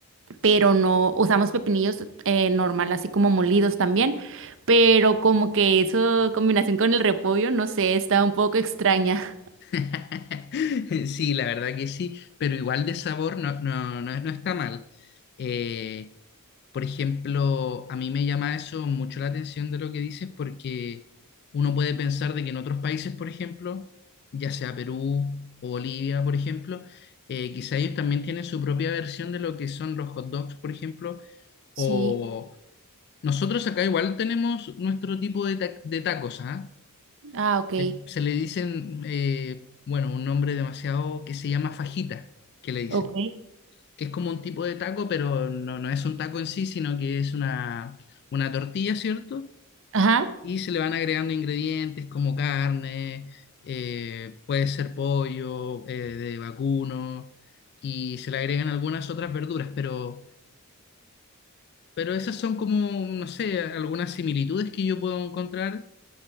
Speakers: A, on the right; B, on the left.
A: pero no usamos pepinillos eh, normal, así como molidos también, pero como que eso combinación con el repollo, no sé, está un poco extraña.
B: <laughs> Sí, la verdad que sí, pero igual de sabor no, no, no, no está mal. Eh, por ejemplo, a mí me llama eso mucho la atención de lo que dices porque uno puede pensar de que en otros países, por ejemplo, ya sea Perú o Bolivia, por ejemplo, eh, quizá ellos también tienen su propia versión de lo que son los hot dogs, por ejemplo,
A: Sí,
B: o nosotros acá igual tenemos nuestro tipo de, ta- de tacos, ¿ah?
A: ah, ok,
B: eh, se le dicen, eh, bueno, un nombre demasiado que se llama fajita, que le dicen,
A: ok.
B: que es como un tipo de taco, pero no, no es un taco en sí, sino que es una, una tortilla, ¿cierto?
A: Ajá.
B: Y se le van agregando ingredientes como carne, eh, puede ser pollo, eh, de vacuno, y se le agregan algunas otras verduras, pero, pero esas son como, no sé, algunas similitudes que yo puedo encontrar.